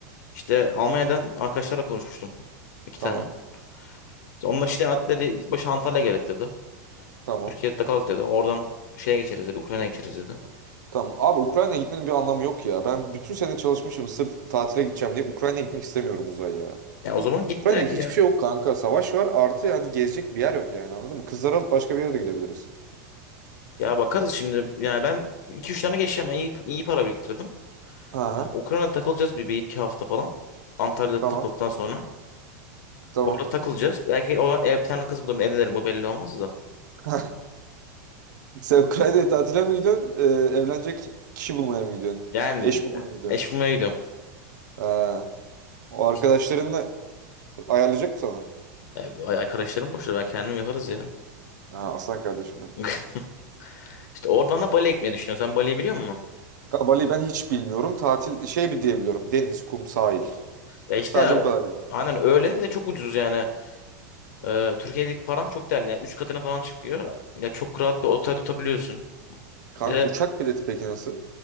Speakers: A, on the left; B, on the right.
A: İşte Almanya'dan arkadaşlarla konuşmuştum. iki
B: Tamam.
A: tane. İşte onlar işte aldıkları ilk başta Antalya gerek dedi.
B: Tamam.
A: Türkiye'de kalalım dedi. Oradan şeye geçeriz dedi. Ukrayna'ya geçeriz dedi.
B: Tamam. Abi Ukrayna'ya gitmenin bir anlamı yok ya. Ben bütün sene çalışmışım sırf tatile gideceğim diye Ukrayna'ya gitmek istemiyorum Uzay ya.
A: Ya o zaman gitme
B: Ukrayna'da hiçbir
A: ya.
B: şey yok kanka. Savaş var artı yani gezecek bir yer yok yani anladın mı? Kızları alıp başka bir yere de gidebiliriz.
A: Ya bakarız şimdi. Yani ben iki üç tane geçeceğim. Ben iyi, iyi para biriktirdim.
B: Ha.
A: Ya Ukrayna'da takılacağız bir, bir iki hafta falan. Antalya'da
B: Tamam.
A: takıldıktan sonra.
B: Tamam.
A: Orada takılacağız. Belki o ev bir tane kız bulurum. Evlenirim. Bu belli olmaz da.
B: <laughs> Sen Ukrayna'ya tatile mi gidiyorsun? Ee, evlenecek kişi bulmaya mı gidiyorsun?
A: Yani
B: Eş bulmaya mı gidiyorsun?
A: e, eş bulmaya gidiyorum.
B: Ha, o arkadaşlarınla
A: İşte
B: ayarlayacak mı sana?
A: e, ay- arkadaşlarım boşta ben kendim yaparız ya.
B: Ha, aslan kardeşim benim.
A: <laughs> İşte oradan da Bali'ye gitmeyi düşünüyorum. Sen Bali'yi biliyor musun?
B: Kanka Bali'yi ben hiç bilmiyorum. Tatil şey bir diyebiliyorum. Deniz, kum, sahil.
A: Ya işte
B: Sadece bu kadar.
A: aynen öyle. Bir de çok ucuz yani. Ee, Türkiye'deki param çok değerli. Yani 3 katına falan çıkıyor. Ya çok rahat bir otel tutabiliyorsun.
B: Kanka
A: Bir de
B: uçak bileti peki nasıl?